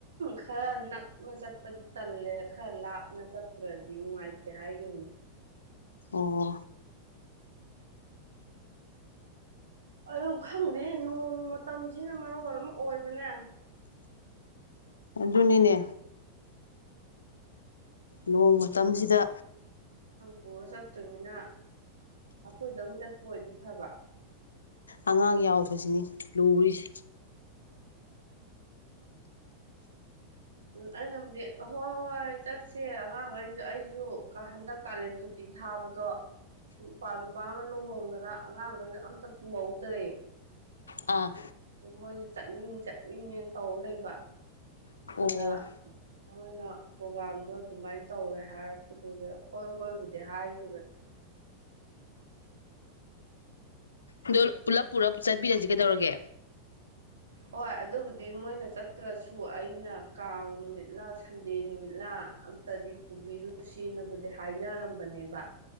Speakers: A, on the right; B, on the left.
A: ꯈꯔ ꯅꯛꯅ ꯆꯠꯄꯗꯤ ꯇꯜꯂꯦ ꯈꯔ ꯂꯥꯞꯅ ꯆꯠꯇ꯭ꯔꯗꯤ ꯅꯨꯡꯉꯥꯏꯇꯦ ꯍꯥꯏ ꯕꯅꯦ <inaudible>
B: ꯑꯣ
A: ꯑꯗꯨ ꯈꯪꯗꯦ ꯅꯣꯡ ꯃꯇꯝꯁꯤꯅ ꯃꯔꯣꯟ ꯑꯃ ꯑꯣꯏꯕꯅꯦ
B: ꯑꯗꯨꯅꯤꯅꯦ ꯅꯣꯡ ꯃꯇꯝꯁꯤꯗ
A: ꯄꯨꯔꯒ ꯆꯠꯇꯣꯏꯅꯤꯅ ꯑꯩꯈꯣꯏꯗꯪ ꯆꯠꯄ ꯑꯣꯏꯗꯤ ꯐꯕ
B: ꯑꯉꯥꯡ ꯌꯥꯎꯕꯁꯤꯅꯤ ꯂꯨꯔꯤꯁꯦ
A: ꯎꯝ ꯑꯩꯅꯕꯨꯗꯤ ꯑꯍꯣꯏ ꯍꯣꯏ ꯆꯠꯁꯦ ꯑꯉꯥꯡꯈꯩꯁꯨ ꯑꯩꯁꯨ ꯍꯟꯗꯛ ꯀꯥꯂꯦꯟ ꯁꯨꯇꯤ ꯊꯥꯕꯗꯣ ꯢꯄꯨꯋꯥ ꯅꯨꯄꯥ ꯑꯃ ꯂꯨꯍꯣꯡꯗꯅ ꯑꯉꯥꯡꯈꯩꯗꯣ ꯑꯝꯇ ꯄꯨꯍꯧꯗ꯭ꯔꯦ
B: ꯑꯥ
A: ꯑꯗꯨ ꯃꯣꯏꯁꯨ ꯆꯠꯅꯤꯡ ꯆꯠꯅꯤꯡꯉꯦꯅ ꯇꯧ ꯂꯩꯕ
B: ꯑꯣ
A: ꯑꯗꯥ ꯃꯣꯏꯅ ꯄ꯭ꯔꯣꯒꯥꯝꯗꯣ ꯑꯗꯨꯃꯥꯏꯅ ꯇꯧꯋꯦ ꯍꯥꯏꯔꯛꯄꯗꯨꯗ ꯍꯣꯏ ꯍꯣꯏꯕꯨꯗꯤ ꯍꯥꯏꯒꯤꯕꯅꯦ
B: ꯑꯗꯣ ꯄꯨꯂꯞ ꯄꯨꯂꯞ ꯆꯠꯄꯤꯔꯁꯤ ꯀꯩꯗꯧꯔꯒꯦ
A: ꯍꯣꯏ ꯑꯗꯨꯕꯨꯗꯤ ꯃꯣꯏꯅ ꯆꯠꯇ꯭ꯔꯁꯨ ꯑꯩꯅ ꯀꯥꯡ ꯅꯨꯃꯤꯠꯂꯥ ꯁꯟꯗꯦ ꯅꯨꯃꯤꯠꯂꯥ ꯑꯝꯇꯗꯤ ꯄꯨꯕꯤꯔꯨꯁꯤ ꯁꯤꯦꯅꯕꯨꯗꯤ ꯍꯥꯏꯅꯔꯝꯕꯅꯦꯕ